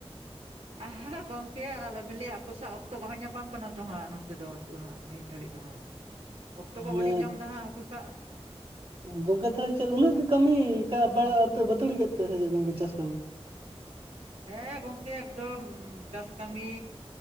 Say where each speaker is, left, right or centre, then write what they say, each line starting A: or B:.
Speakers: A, on the right; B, on the right.
A: ᱟᱨ ᱜᱚᱝᱠᱮ ᱟᱨ ᱟᱞᱚᱵᱤᱱ ᱞᱟᱹᱭᱟ ᱦᱟᱹᱠᱩ ᱥᱟᱵ ᱚᱠᱛᱚ ᱵᱟᱝ ᱧᱟᱯᱟᱢ ᱠᱟᱱᱟ ᱛᱚ ᱦᱟᱸᱜ ᱱᱚᱛᱮ ᱫᱚ ᱟᱹᱛᱩᱜ ᱦᱟᱸᱜ ᱱᱤᱛ ᱫᱷᱟᱹᱵᱤᱡ ᱫᱚᱦᱟᱸᱜ ᱚᱠᱛᱚ
B: ᱢᱟᱱᱮ
A: ᱠᱚ ᱵᱟᱹᱞᱤᱧ ᱧᱟᱢᱫᱟ ᱦᱟᱸᱜ ᱦᱟᱹᱠᱩ ᱥᱟᱵ
B: ᱜᱚᱝᱠᱮ ᱛᱟᱦᱞᱮ ᱪᱮᱫ ᱩᱱᱟᱹᱜ ᱜᱮ ᱠᱟᱹᱢᱤ ᱠᱟ ᱵᱟ ᱵᱟᱹᱛᱟᱹᱲᱤ ᱠᱮᱫ ᱯᱮᱭᱟ ᱥᱮ ᱪᱮᱫ ᱜᱚᱝᱠᱮ ᱪᱟᱥ ᱠᱟᱹᱢᱤ
A: ᱦᱮᱸ ᱜᱚᱝᱠᱮ ᱮᱠᱫᱚᱢ ᱪᱟᱥ ᱠᱟᱹᱢᱤᱻ